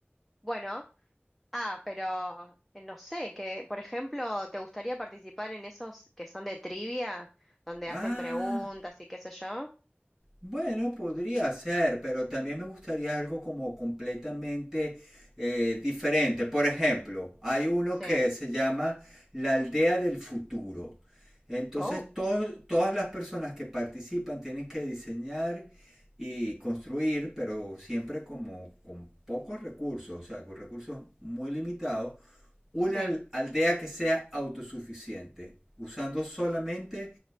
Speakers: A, in the centre; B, on the right.
A: Bueno, ah, pero eh, no sé, que por ejemplo, ¿te gustaría participar en esos que son de trivia, donde
B: Ah.
A: hacen preguntas y qué sé yo?
B: Bueno, podría ser, pero también me gustaría algo como completamente eh, diferente. Por ejemplo, hay uno
A: Sí.
B: que se llama La Aldea del Futuro. Entonces,
A: Oh,
B: to- todas las personas que participan tienen que diseñar y construir, pero siempre como con pocos recursos, o sea, con recursos muy limitados, una
A: sí.
B: aldea que sea autosuficiente, usando solamente